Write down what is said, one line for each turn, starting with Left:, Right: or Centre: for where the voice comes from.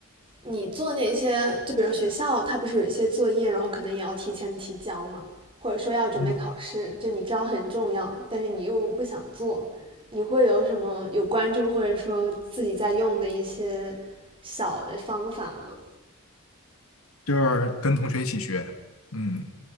Right: 你做那些，就比如学校，它不是有一些作业，然后可能也要提前提交嘛，或者说要准备考试，
Left: 嗯，
Right: 就你知道很重要，但是你又不想做，你会有什么有关注或者说自己在用的一些小的方法吗？
Left: 就是跟同学一起学，嗯，